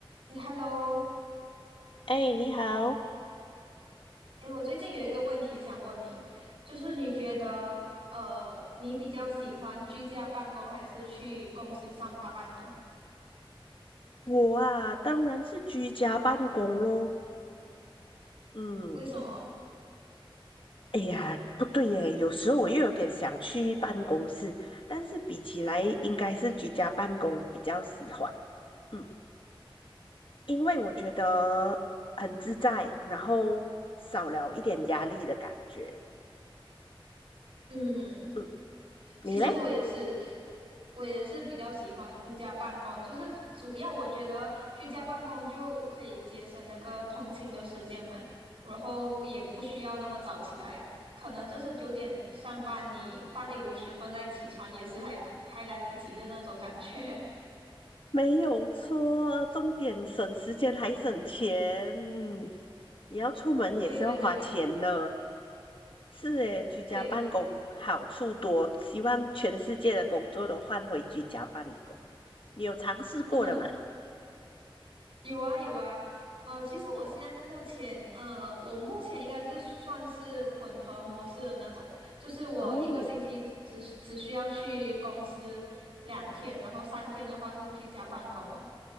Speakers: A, on the right; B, on the left.
A: 哎，Hello，
B: 哎，你好，
A: 哎，我最近有一个问题想问你，就是你觉得，呃，你比较喜欢居家办公还是去公司上班呢？
B: 我啊，当然是居家办公咯。嗯，
A: 为什么？
B: 哎呀，不对耶，有时候我又有点想去办公室，但是比起来，应该是居家办公比较喜欢。嗯，因为我觉得很自在，然后少了一点压力的感觉。
A: 嗯，
B: 嗯，
A: 其实我也是，
B: 你嘞？
A: 我也是比较喜欢居家办公，就是主要我觉得居家办公就可以节省那个通勤的时间嘛，然后也不需要那么早起来，可能就是九点上班，你八点五十分再起床也是还可还来得及的那种感觉。<laughs>
B: 没有错，重点省时间还省钱。嗯，你要出门也是要花钱呢。
A: 对对对。
B: 是诶，居家办公好处多，
A: 对，
B: 希望全世界的工作都换回居家办公。你有尝试过的吗？
A: <laughs> 有啊有啊，呃，其实我现在目前，呃，我目前应该是算是混合模式的那种，就是我一个星期只只需要去公司两天，
B: 哦，
A: 然后三天的话是居家办公了，